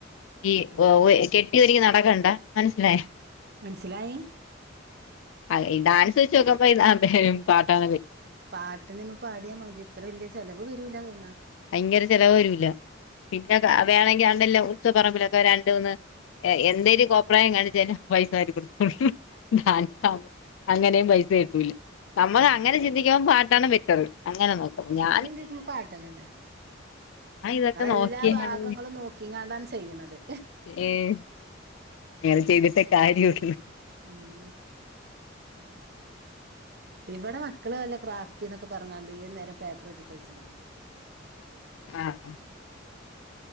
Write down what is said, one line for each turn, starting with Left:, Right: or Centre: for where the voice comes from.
Left: ഈ
Right: ഉം
Left: കെട്ടിയോരുങ്ങി നടക്കണ്ട മനസ്സിലായ.
Right: മനസ്സിലായി.
Left: ആയ് ഈ ഡാൻസ് വെച്ച് നോക്കുമ്പോ ഈ പാട്ടാണ് <unintelligible>
Right: പാട്ടിന് നമ്മ പാട്യ മതി ഇത്ര വല്ല്യ ചെലവ് വരൂല തോന്നാ.
Left: പയങ്കര ചെലവ് വരൂല്ല പിന്ന വേണങ്കി അതല്ല ഉത്സവപറമ്പിലക്ക രണ്ടൂന്ന് എന്തേലും കോപ്പ്രായം കാണിച്ചാലും പൈസ <unintelligible> അങ്ങനേംപൈസ കിട്ടൂല്ല നമ്മക്കങ്ങനെ
Right: ആഹ്
Left: ചിന്തിക്കുമ്പോ പാട്ടാണ് ബെറ്റർ അങ്ങനെ നോക്കുമ്പോ ഞാ
Right: <unintelligible>
Left: ഞാൻ ഇതൊക്കെ
Right: അതെല്ലാഭാഗങ്ങളും
Left: നോക്കിയാണ്
Right: നോക്കിങ്ങാണ്ടാണ് ചെയ്യ്ന്നത്.
Left: ഏഹ് അങ്ങനെ ചെയ്തിട്ടേ കാര്യൊള്ള്.
Right: ഉം. ഇവടെ മക്കള്ല്ല ക്രാഫ്റ്റ്ന്നൊക്കെ പറഞ്ഞ്ങ്ങാണ്ട് ഏത് നേരം പേപ്പറെട്ടി <unintelligible>
Left: ആഹ്.